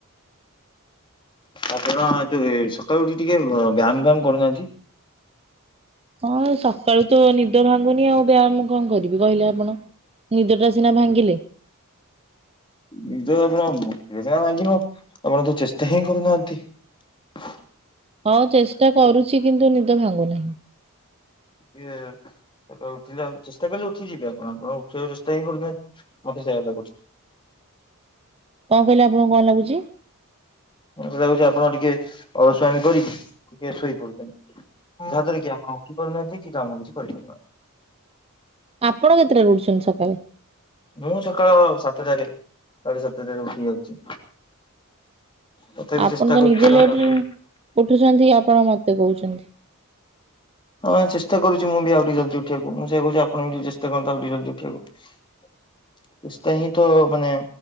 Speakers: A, on the left; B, on the right.
A: ଆପଣ ଯୋଉ, ସକାଳୁ ଉଠି ଟିକେ ବ୍ୟାୟାମ୍ ବ୍ୟାମ୍ କରୁନାହାଁନ୍ତି?
B: ହଁ, ସକାଳୁ ତ ନିଦ ଭାଙ୍ଗୁନି ଆଉ, ବ୍ୟାୟାମ କଣ କରିବି କହିଲେ ଆପଣ? ନିଦଟା ସିନା ଭାଙ୍ଗିଲେ?
A: ନିଦ ଆପଣଙ୍କ <unintelligible> ଭାଙ୍ଗିବ ଆପଣ ତ ଚେଷ୍ଟା ହିଁ କରୁନାହାଁନ୍ତି? ହ
B: ହଁ, ଚେଷ୍ଟା କରୁଛି କିନ୍ତୁ, ନିଦ ଭାଙ୍ଗୁନାହିଁ।
A: ଇଏ ସକାଳେ ଉଠିଲେ, ଆଉ ଚେଷ୍ଟା କଲେ ଉଠିିଯିବେ ଆପଣ, ଆପଣ ଉଠିଆକୁ ଚେଷ୍ଟା ହିଁ, କରୁ ନାହାଁନ୍ତି ମତେ ସେୟା ଲାଗୁଛି।
B: କଣ କହିଲେ, ଆପଣଙ୍କୁ କଣ ଲାଗୁଛି?
A: ମତେ ଲାଗୁଛି, ଆପଣ ଟିକେ ଅଳସୁଆମି କରିକି ଟିକେ ଶୋଇପଡୁଛନ୍ତି। ଯାହା ଦ୍ୱାର କି ଆପଣ ଉଠି ପାରୁନାହାଁନ୍ତି, କି କାମ କିଛି କରିପାରୁନାହଁନ୍ତି।
B: ଆପଣ କେତେଟାରେ ଉଠୁଛନ୍ତି ସକାଳେ?
A: ମୁଁ ସକାଳ ସାତଟାରେ ସାଢେ ସାତଟାରେ ଉଠି ଯାଉଛି। ତଥାପି
B: ଆପଣ
A: ଚେଷ୍ଟା
B: ତ
A: କରୁଛି
B: ନିଜେ ଲେଟ୍ ରେ ଉଠୁଛନ୍ତି, ଆପଣ ମତେ କହୁଛନ୍ତି।
A: ହଁ ବା ଚେଷ୍ଟା କରୁଛି, ମୁଁ ବି ଆଉ ଟିକେ ଜଲ୍ଦି ଉଠିଆକୁ। ମୁଁ ସେୟା କହୁଛି, ଆପଣବି ଚେଷ୍ଟା କରନ୍ତୁ ଆଉ ଟିକେ ଜଲ୍ଦି ଉଠିଆକୁ। ଚେଷ୍ଟା ହିଁ ତ ମାନେ,